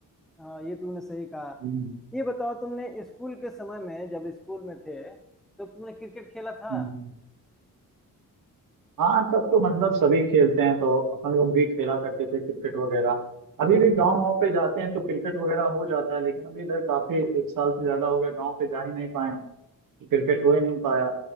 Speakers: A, in the centre; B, on the right.
A: हाँ ये तुमने सही कहा
B: हम्म,
A: ये बताओ तुमने स्कूल के समय में जब स्कूल में थे तो तुमने क्रिकेट खेला था
B: हम्म। हाँ तब तो मतलब सभी खेलते हैं तो अपन लोग भी खेला करते थे क्रिकेट वगैरह अभी भी गाँव वाँव पे जाते हैं तो क्रिकेट वगैरह हो जाता है लेकिन अभी इधर काफी एक साल से ज्यादा हो गया गाँव पे जा ही नहीं पाए हैं। क्रिकेट हो ही नहीं पाया